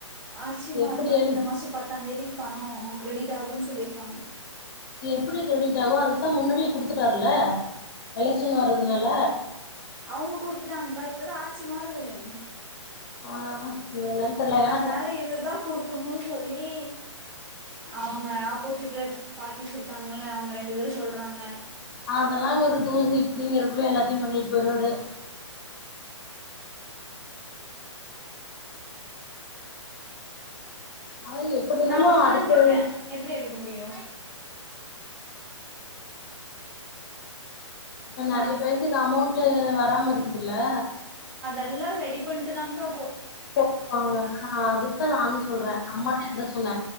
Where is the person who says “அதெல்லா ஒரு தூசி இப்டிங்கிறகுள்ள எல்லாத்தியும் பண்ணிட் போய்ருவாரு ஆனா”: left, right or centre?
Left